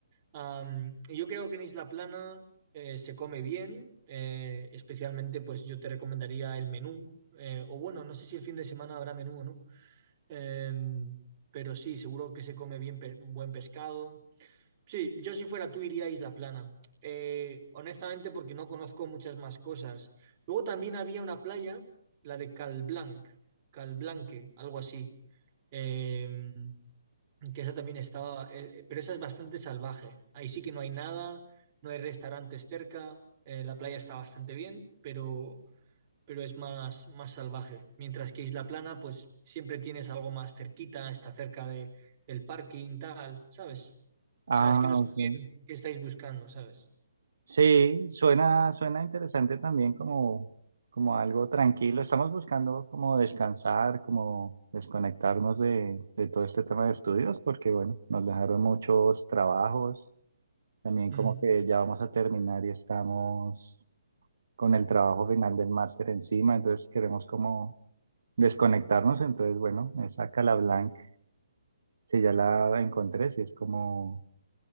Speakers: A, on the right (about 35°); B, on the right (about 70°).
A: Am, y yo creo que en Isla Plana eh, se come bien, eh, especialmente pues yo te recomendaría el menú, eh, o bueno, no sé si el fin de semana habrá menú o no. Em, pero sí, seguro que se come bien pe- buen pescado. Sí, yo si fuera tú iría a Isla Plana. Eh, honestamente, porque no conozco muchas más cosas. Luego también había una playa, la de Calblanc, Calblanque, algo así. Em, que esa también estaba, eh, pero esa es bastante salvaje. Ahí sí que no hay nada, no hay restaurantes cerca. eh, la playa está bastante bien, pero pero es más, más salvaje. Mientras que Isla Plana, pues siempre tienes algo más cerquita, está cerca de, del parking, tal, ¿sabes?
B: Ah,
A: O sea, es que no sé
B: ok.
A: bien qué estáis buscando, ¿sabes?
B: Sí, suena, suena interesante también como, como algo tranquilo. Estamos buscando como descansar, como desconectarnos de, de todo este tema de estudios, porque bueno, nos dejaron muchos trabajos. También
A: Mm,
B: como que ya vamos a terminar y estamos con el trabajo final del máster encima, entonces queremos como desconectarnos. Entonces, bueno, esa Calablanc, si ya la encontré, si es como,